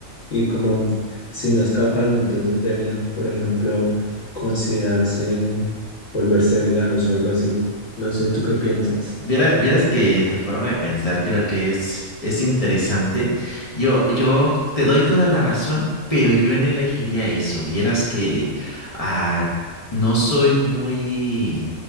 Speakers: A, on the left (about 55°); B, on the left (about 30°).
A: y como si no es capaz, entonces deberían, por ejemplo, considerarse volverse veganos o algo así. No sé, ¿tú qué piensas?
B: Viera- Vieras que tu forma de pensar creo que es, es interesante. Yo, yo te doy toda la razón, pero yo en elegiría eso. Vieras que ah, no soy muy,